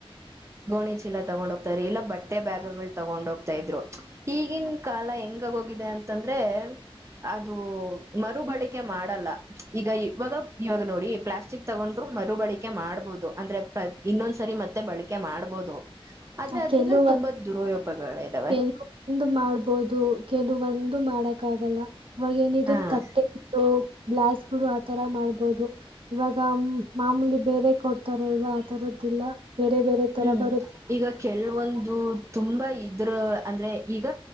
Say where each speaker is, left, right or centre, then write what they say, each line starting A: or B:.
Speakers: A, on the right; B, on the right.
A: ಗೋಣಿ ಚೀಲಾ ತಗೊಂಡೊಂಗ.. ತಾರೆ ಇಲ್ಲ ಬಟ್ಟೆ ಬ್ಯಾಗಗಳು. ತೊಗೊಂಡ ಹೋಗ್ತಾ ಇದ್ರು ಈಗಿನ ಕಾಲ ಹೆಂಗ ಹೆಂಗ್ ಆಗ್ ಹೋಗಿದೆ ಅಂತಂದ್ರೆ ಅದು ಮರು ಬಳಕೆ ಮಾಡಲ್ಲ ಈಗ ಇವಾಗ ಇವಾಗ ನೋಡಿ ಪ್ಲಾಸ್ಟಿಕ್ ತಗೊಂಡ್ರು ಮರು ಬಳಕೆ ಮಾಡ್ಬಹುದು ಅಂದ್ರೆ ಪ್ರತಿ. ಇನ್ನೊಂದ್ಸರಿ ಮತ್ತೆ ಬಳಕೆ ಮಾಡ್ಬೋದು. ಆದ್ರೆ
B: ಆ
A: ಅದ್ರಿಂದ
B: ಕೆಲುವ
A: ತುಂಬಾ ದುರುಪಯೋಗಗಳಿದಾವೆ
B: ಕೆಲುವೊಂದು ಮಾಡ್ಬೋದು ಕೆಲುವೊಂದ. ಅದು ಮಾಡಕ್ಕ ಆಗಲ್ಲಾ. ಇವಾಗ ಏನಿದು
A: ಹಾ
B: ತಟ್ಟೆ ಬ್ಲೋ ಗ್ಲಾಸ್ ಬುಡು ಆತರ ಮಾಡ್ಬೋದು ಇವಾಗ ಮಾಮೂಲಿ ಬೇರೆ ಕೊಡ್ತಾರಲ್ವಾ ಆ ತರದೀಲ್ಲಾ. ಬೇರೆ ಬೇರೆ ತರ
A: ಹ್ಮ್
B: ಬರುತ್
A: ಈಗ ಕೆಲವೊಂದು ತುಂಬಾ ಇದ್ರ ಅಂದ್ರೆ ಈಗ